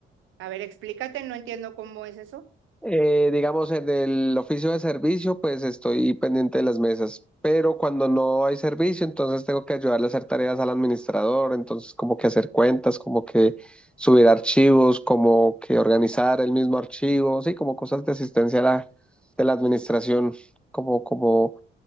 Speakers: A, on the right (about 80°); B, in the centre.
A: a ver, explícate, no entiendo cómo es eso.
B: Eh, digamos, en el oficio de servicio, pues estoy pendiente de las mesas, pero cuando no hay servicio, entonces tengo que ayudarle a hacer tareas al administrador, entonces como que hacer cuentas, como que subir archivos, como que organizar el mismo archivo, sí, como cosas de asistencia a la, de la administración, como, como,